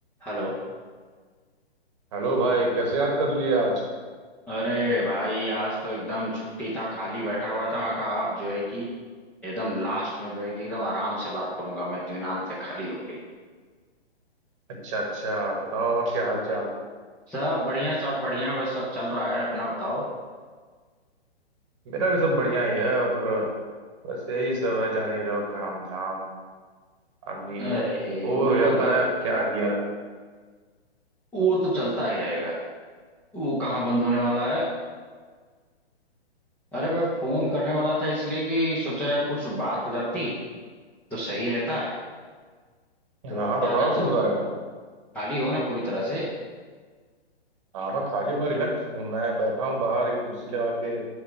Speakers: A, in the centre; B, on the right.
A: Hello
B: हेलो भाई कैसे याद कर लिए आज
A: अरे भाई आज तो एकदम छुट्टी था खाली बैठा हुआ था मैं कहा आप जो है कि एकदम लास्ट में जो है कि एकदम आराम से बात करूंगा मैं इत्मीनान से खाली होके
B: अच्छा अच्छा बताओ और क्या हाल चाल
A: सब बढ़िया सब बढ़िया बस सब चल रहा है अपना बताओ
B: मेरा भी सब बढ़िया ही है और अ, बस यही सब है जान ही रहो काम धाम आदमी
A: अरे
B: बोर
A: वो
B: हो जाता
A: तो
B: है क्या किया रहे।
A: वो तो चलता ही रहेगा वो कहाँ बंद होने वाला है अरे मैं फोन करने वाला था इसलिए कि सोचा यार कुछ बात हो जाती तो सही रहता तो
B: हाँ बताओ
A: क्या कहते
B: किस
A: हो
B: बारे में
A: खाली हो ना पूरी तरह से
B: हाँ मैं खाली हूँ मैं रिलैक्स हूँ मैं बैठा हूँ बाहर एक कुर्सी लगा के